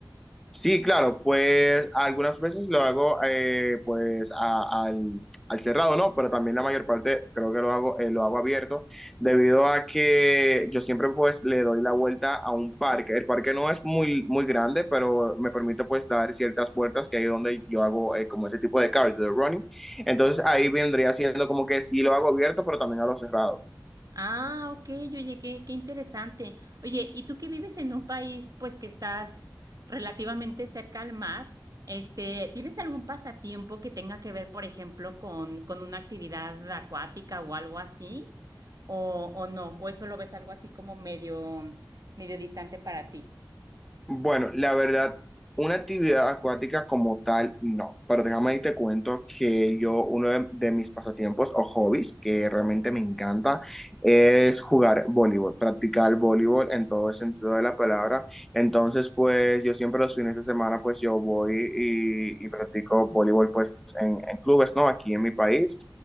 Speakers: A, in the centre; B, on the right.
A: Sí, claro, pues algunas veces lo hago eh, pues a- al, al cerrado, ¿no? Pero también la mayor parte creo que lo hago, eh, lo hago abierto, debido a que yo siempre pues le doy la vuelta a un parque. El parque no es muy, muy grande, pero me permite pues dar ciertas vueltas que hay donde yo hago eh, como ese tipo de cardio, de running. Entonces ahí vendría siendo como que sí lo hago abierto, pero también a lo cerrado.
B: Ah, ok, oye, qué, qué interesante. Oye, ¿y tú que vives en un país, pues que estás relativamente cerca al mar, este, ¿tienes algún pasatiempo que tenga que ver, por ejemplo, con, con una actividad acuática o algo así? ¿O, o no? ¿O eso lo ves algo así como medio, medio distante para ti?
A: Bueno, la verdad, una actividad acuática como tal, no. Pero déjame y te cuento que yo, uno de, de mis pasatiempos o hobbies que realmente me encanta es jugar voleibol, practicar voleibol en todo el sentido de la palabra. Entonces, pues yo siempre los fines de semana, pues yo voy y, y practico voleibol, pues en, en clubes, ¿no? Aquí en mi país.